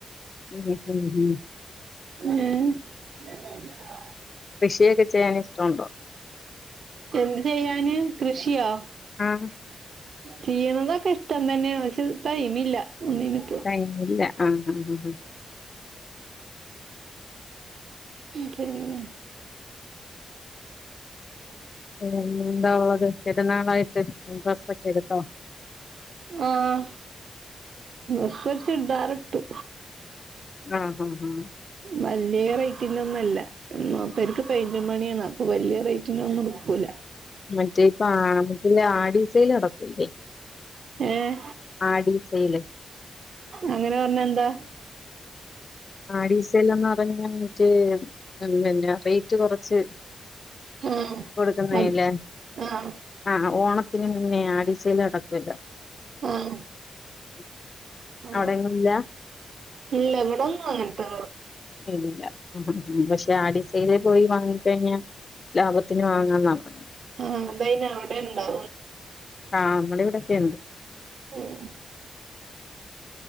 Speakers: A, on the left; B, on the right.
A: എന്തൊക്കെയുണ്ട്
B: ഏ <inaudible>
A: കൃഷിയൊക്കെ ചെയ്യാൻ ഇഷ്ടുണ്ടോ?
B: എന്ത് ചെയ്യാന് കൃഷിയോ?
A: ആഹ്
B: ചെയ്യണം എന്നൊക്കെ ഇഷ്ടം തന്നെയ തൈമില്ല ഒന്നിനും.
A: ടൈമില്ല ആഹ ആ് ആ്
B: അതെന്നെ
A: പി എന്താപട് പെരുന്നാളായിട്ട് ഡ്രസ്സ് ഒക്കെ എടുത്തോ?
B: ആഹ ഡ്രസ്സ് ചുരിദാർ എടുത്തു.
A: ആഹ ഹഹ് ആഹ
B: വലിയ റൈറ്റ് ഒന്നുംല്ല. മൂപ്പർക്ക് പെയിന്റ് പണിയാണ് അപ്പോൾ വലിയ റേറ്റിന്റെ ഒന്നും എടുക്കുല്ല.
A: മറ്റേ ഇപ്പ മറ്റ ആഡീസൽ നടക്കല്ലേ
B: ഏഹ്
A: ആടിസയില്.
B: അങ്ങനെ പറഞ്ഞ എന്താ?
A: ആ ടി ഡിസൽന്ന് പറഞ്ഞ മറ്റേ പിന്ന റൈറ്റ് കൊറച്ച്.
B: ആഹ്
A: കൊടുക്കുന്നയിന്.
B: അത് ആഹ്
A: ആഹ ഓണത്തിന് മുന്നേ ആടിസൽ അടക്കല്ലോ?
B: ആഹ്
A: <inaudible>
B: ആ
A: അവിടെങ്ങും ഇല്ല
B: ഇല്ല ഇവിടെ ഒന്നും അങ്ങനതൊ
A: ഇല്ല. ഉം പക്ഷെ ആടിസൈയില പോയി വാങ്ങിക്കഴിഞ്ഞാ ലാഭത്തിന് വാങ്ങാെന്നാ പറയ.
B: ആ അന്തായിന് അവിടെ ഉണ്ടോ
A: ആഹ് നമ്മള ഇവിടെക്കെ ഉണ്ട്.
B: <inaudible>